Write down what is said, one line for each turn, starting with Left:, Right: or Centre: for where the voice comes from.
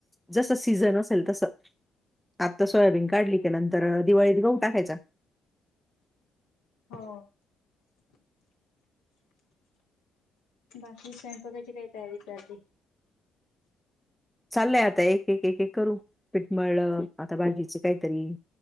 Centre: जस सीझन असेल तस आता सोयाबीन काढली त्या नंतर दिवाळीत गहू टाकायचा.
Left: हो. बाकी स्वयंपाकाची काय तयारी चालूय?
Centre: चाललंय आता एक एक, एक एक करू, पिट मळल, आता भाजीच काहीतरी.